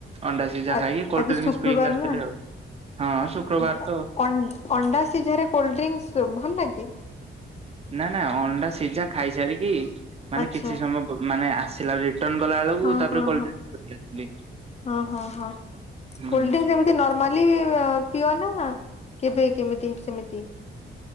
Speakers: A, on the right; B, on the left.
A: ଅଣ୍ଡା ସିଝା
B: ଆ
A: ଖାଇକି କୋଲ୍ଡ
B: ଆଜି
A: ଡିର୍ଙ୍କସ୍
B: ଶୁକ୍ରବାର
A: ପିଇକି ଆସଥିଲି
B: ନା
A: ଆଉ ହଁ ଶୁକ୍ରବାର
B: ହଁ।
A: ତ।
B: ଅନ୍ ଅଣ୍ଡା ସିଝରେ କୋଲ୍ଡ ଡ୍ରିଙ୍କ୍ସ୍ ଭଲ ଲାଗେ?
A: ନା ନା ଅଣ୍ଡା ସିଝା ଖାଇସାରିକି ମାନେ
B: ଆଚ୍ଛା
A: କିଛି ସମୟ ମାନେ ଆସିଲା ଲାଳକୁ
B: ହଁ
A: ତାପରେ
B: ହଁ
A: ହଁ।
B: ହଁ ହଁ ହଁ
A: <unintelligible>
B: କୋଲ୍ଡଡ୍ରିଙ୍କସ ଏମିତି ନର୍ମାଲି ପିଅ ନା କେବେ କେମିତି ସେମିତି?